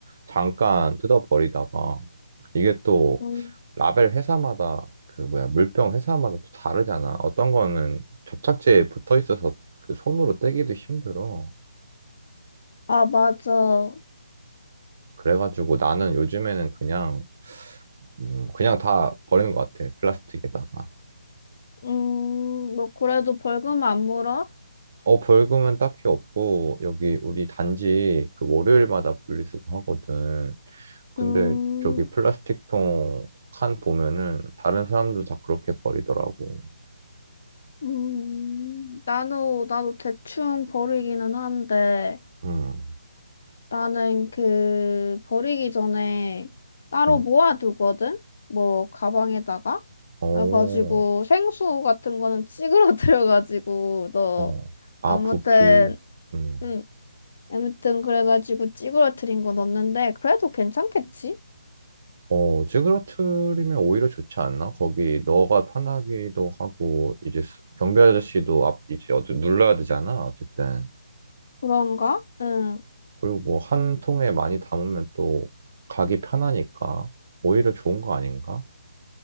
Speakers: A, on the right; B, on the left.
A: 잠깐 뜯어버리다가 이게 또
B: 음.
A: 라벨 회사마다 그 뭐야 물병 회사마다 또 다르잖아. 어떤 거는 접착제에 붙어 있어서 그 손으로 떼기도 힘들어.
B: 아, 맞아.
A: 그래가지고 나는 요즘에는 그냥 음, 그냥 다 버리는 것 같아. 플라스틱에다가.
B: 음, 뭐, 그래도 벌금 안 물어?
A: 어, 벌금은 딱히 없고, 여기 우리 단지 그 월요일마다 분리수거 하거든. 근데
B: 음,
A: 저기 플라스틱 통 칸 보면은 다른 사람들 다 그렇게 버리더라고.
B: 음, 나도, 나도 대충 버리기는 한데,
A: 음,
B: 나는 그, 버리기 전에 따로
A: 음,
B: 모아두거든? 뭐, 가방에다가?
A: 어,
B: 그래가지고, 생수 같은 거는 찌그러뜨려가지고, <laughs> 너,
A: 어. 아,
B: 아무튼,
A: 부피. 음.
B: 응, 아무튼, 그래가지고 찌그러뜨린 거 넣었는데, 그래도 괜찮겠지?
A: 어, 찌그러트리면 오히려 좋지 않나? 거기 너가 편하기도 하고, 이제 수- 경비 아저씨도 앞, 이제 어디 눌러야 되잖아, 어쨌든.
B: 그런가? 응.
A: 그리고 뭐 한 통에 많이 담으면 또 가기 편하니까 오히려 좋은 거 아닌가?